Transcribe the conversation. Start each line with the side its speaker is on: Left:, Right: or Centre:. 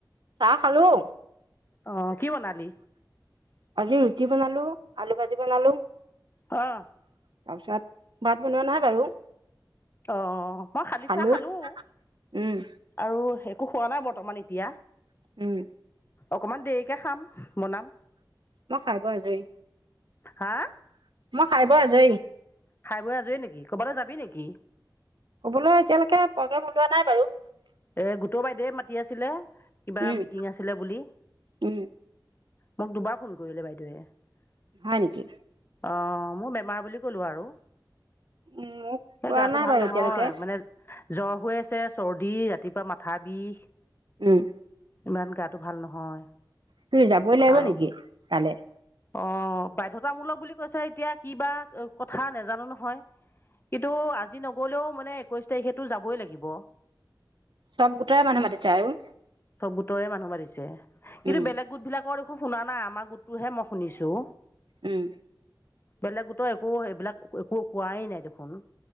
Right: ৰা খালোঁ।
Left: অ'। কি বনালি
Right: আজি ৰুটি বনালো। আলু ভাজি বনালো।
Left: অহ।
Right: তাৰপিছত ভাত বনোৱা নাই বাৰু।
Left: অ'। মই খালি
Right: খালো
Left: চাহ খালোঁ
Right: উম
Left: আৰু একো খোৱা নাই বৰ্তমান এতিয়া।
Right: উম
Left: অকণমান দেৰিকে খাম বনাম।
Right: মই খাই বৈ আজৰি
Left: হা
Right: খায় বয় আজৰি
Left: খাই বৈ আজৰি নেকি ক'বালৈ যাবি নেকি
Right: কবলৈ এতিয়ালৈকে প্ৰগ্ৰেম ওলোৱা নাই। <unintelligible>
Left: এই গোটৰ বাইদেউে মাতি আছিলে কিবা
Right: উম
Left: মিটিং আছিলে বুলি।
Right: উম
Left: মোক দুবাৰ ফোন কৰিলে বাইদেৱে। অ,
Right: হয় নেকি
Left: ' মোৰ বেমাৰ বুলি কলো আৰু
Right: উম মোক কোৱা
Left: এই গাটো
Right: নাই
Left: ভাল
Right: বাৰু
Left: নহয়
Right: এতিয়ালৈকে
Left: মানে জ্বৰ হৈ আছে চৰ্দি ৰাতিপুৱা মাথা বিষ
Right: উম
Left: ইমান গাটো ভাল নহয়
Right: কি যাবই লাগিব
Left: আৰু
Right: নেকি তালে
Left: অ, ' বাধ্যয়তামূলক বুলি কৈছে। এতিয়া কিবা কথা নাজানো নহয় কিন্তু আজি নগলেও মানে একৈছ তাৰিখে তো যাবই লাগিব।
Right: চব গোটৰে মানুহ মাতিছে আৰু
Left: চব গোটৰে মানুহৰিছে। কিন্তু
Right: উম
Left: বেলেগ গোট বিলাকৰ দেখো শুনা নাই আমাৰ গোটটোহে মই শুনিছোঁ।
Right: উম
Left: বেলেগতো একো এইবিলাক একো কোৱাই নাই দেখোন।